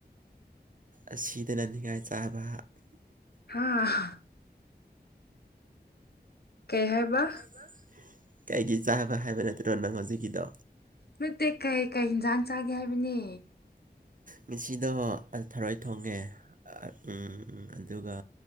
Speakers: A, on the right (about 50°); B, on the left (about 70°).
A: ꯑꯁꯤꯗꯅ ꯅꯤꯡꯉꯥꯏ ꯆꯥꯕ
B: ꯍꯥꯥ ꯀꯩ ꯍꯥꯏꯕ
A: <unintelligible> ꯀꯩꯒꯤ ꯆꯥꯕ ꯍꯥꯏꯕ ꯅꯠꯇ꯭ꯔꯣ ꯅꯪ ꯍꯧꯖꯤꯛꯒꯤꯗꯣ
B: ꯅꯠꯇꯦ ꯀꯩ ꯀꯩ ꯏꯟꯁꯥꯡ ꯆꯥꯒꯦ ꯍꯥꯏꯕꯅꯤ
A: ꯉꯁꯤꯗꯣ ꯊꯔꯣꯏ ꯊꯣꯡꯉꯦ ꯑꯥ ꯎ ꯑꯗꯨꯒ